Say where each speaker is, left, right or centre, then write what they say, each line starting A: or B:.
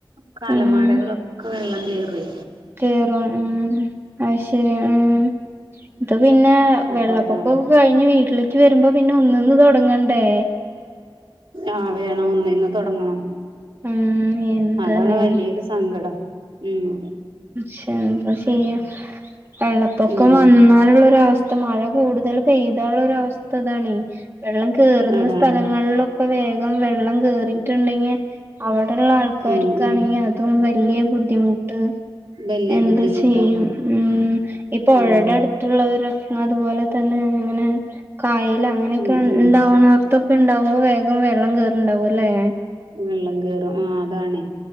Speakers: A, on the right; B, on the right.
A: ക്കെ അലമാരികളക്കെ
B: ഉം
A: വെള്ളം കേറി.
B: കേറും ഉം അയ്ശെരി ഉം ഇത് പിന്നെ
A: അപ്പൊ
B: വെള്ളപ്പൊക്കൊക്കെ
A: അതാണ്
B: കഴിഞ്ഞ് വീട്ടിലേക്ക് വെര്മ്പോ പിന്നെ ഒന്ന്ന്ന് തൊടങ്ങണ്ടേ.
A: ആഹ് വേണം. ഒന്നീന്ന് തൊടങ്ങണം.
B: ഉം എന്താല്ലേ
A: അതാണ് വലിയൊരു സങ്കടം ഉം
B: ശെ എന്താ ചെയ്യാ. വെള്ളപ്പൊക്കം
A: ഉം
B: വന്നാല്ള്ളൊരവ സ്ഥ മഴ കൂട്തല് പെയ്താള്ളൊരവസ്ഥ ഇതാണേ. വെള്ളം കേറ്ന്ന
A: അതാണ്
B: സ്ഥലങ്ങളിലും ഇപ്പ വേഗം വെള്ളം കേറിട്ട്ണ്ടെങ്കി അവ്ടെള്ള ആൾക്കാര്ക്കാണെങ്കി
A: ഉം ഉം
B: അ തും വല്യ ബുദ്ധിമുട്ട്
A: വലിയ
B: എന്ത
A: ബുദ്ധിമുട്ടാണ്
B: ചെയ്യും? ഉം ഈ പൊഴേടെ
A: ഉം
B: അട്ത്ത് ള്ളവരും അതുപോലെ തന്നെ അങ്ങനെ കായല് അങ്ങനൊക്കെ
A: ഉം ഉം
B: ഉണ്ടാവ്ണോർത്തൊ ണ്ടാവുമ്പോ വേഗം വെള്ളം കേയറ്ണ്ടാവൂലെ?
A: വെള്ളം കേറും. ആഹ് അതാണ്.